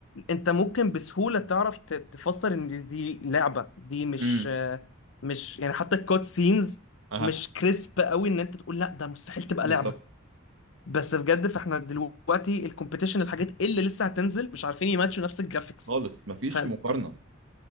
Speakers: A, on the left (about 70°); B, on the right (about 70°).
A: انت ممكن بسهولة تعرف ت- تفسر ان دي لعبة دي مش
B: امم
A: آه، مش يعني حتى الكوت سينز
B: اها
A: مش كريسب قوي ان انت تقول لا ده مستحيل تبقى
B: بالظبط
A: لعبة بس بجد فاحنا دلوقتي الكومبيتيشن الحاجات اللي لسه هتنزل مش عارفين يماتشوا نفس الجرافيكس
B: خالص مفيش
A: ف...
B: مقارنه